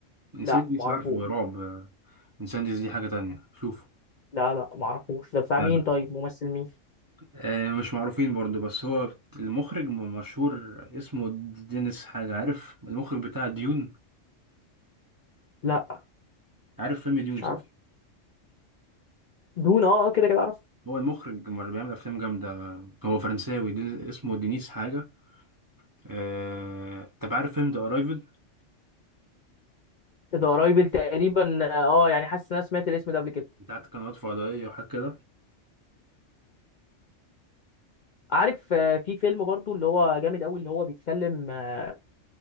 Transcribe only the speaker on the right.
انسيديوس
عارفه رعب آه، انسيديوس دي حاجة تانية شوفه
لا
لا.
آه، مش معروفين برضو بس هو المخرج م- مشهور اسمه دينيس حاجة عارف المخرج بتاع ديون
عارف فيلم ديون
صح؟
هو المخرج اللي بيعمل أفلام جامدة هو فرنساوي دي اسمه دينيس حاجة آه، طب عارف فيلم ذا أرايفل
بتاعت قنوات فضائية وحاجات كده؟